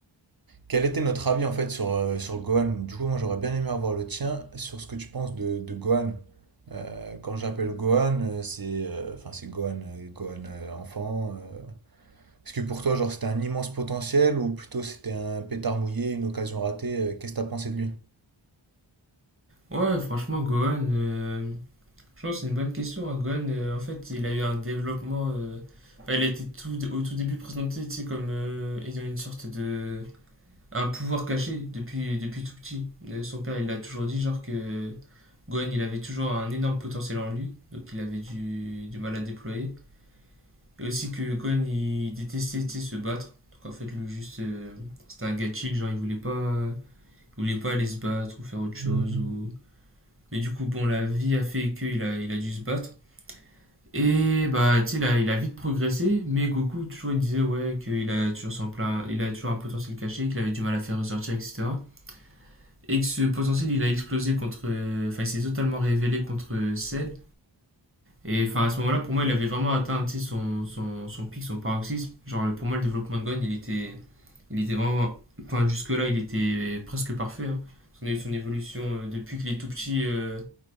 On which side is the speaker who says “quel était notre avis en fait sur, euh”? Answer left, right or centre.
Right